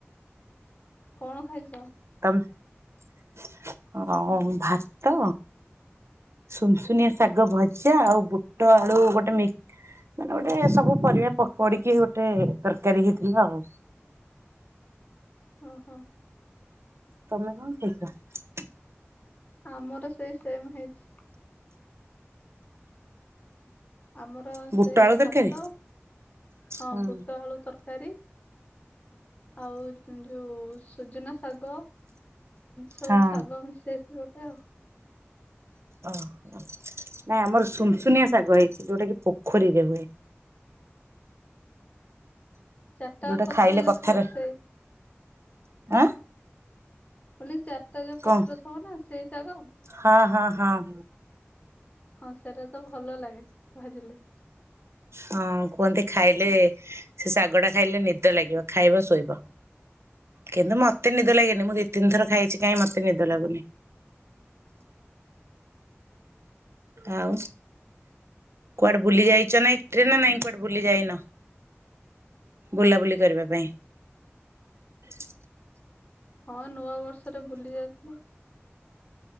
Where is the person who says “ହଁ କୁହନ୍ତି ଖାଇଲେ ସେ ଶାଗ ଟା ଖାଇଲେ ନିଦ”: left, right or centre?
Right